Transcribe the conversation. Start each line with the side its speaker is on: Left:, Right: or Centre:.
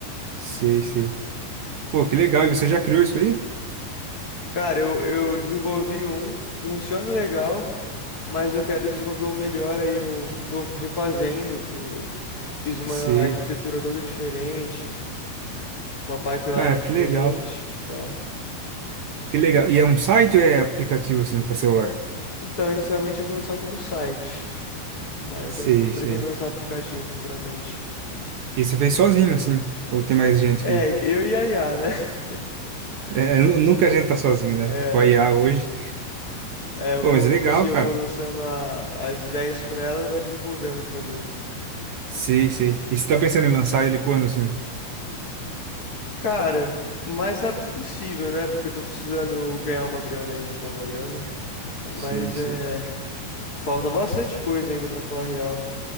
Right: Sei, sei. Pô, que legal. E você já criou isso aí?
Left: Cara, eu, eu desenvolvi um, funciona legal, mas eu quero desenvolver um melhor, aí eu tô refazendo, tô, fiz uma
Right: Sei.
Left: arquitetura toda diferente, uma pipeline
Right: Cara,
Left: diferente,
Right: que legal.
Left: tá?
Right: Que legal. E é um site ou é aplicativo, assim, pra celular?
Left: Então, inicialmente eu vou lançar como site, mas
Right: Sei,
Left: a- eu pretendo
Right: sei.
Left: lançar um aplicativo futuramente.
Right: E você fez sozinho, assim? Ou tem mais gente
Left: É,
Right: que...
Left: eu e a IA, né? <laughs>
Right: É, é, nu- nunca a gente tá sozinho, né?
Left: É,
Right: Com a IA hoje.
Left: é, eu
Right: Pô,
Left: vou,
Right: mas é legal,
Left: tipo assim, eu
Right: cara.
Left: vou lançando a- as ideias pra ela, ela vai desenvolvendo pra mim.
Right: Sei, sei. E você tá pensando em lançar ele quando, assim?
Left: Cara, o mais rápido possível, né? Porque eu tô precisando ganhar uma grana aí, juntar uma grana. Mas
Right: Sei, sei.
Left: é. Falta bastante coisa ainda pra falar a real.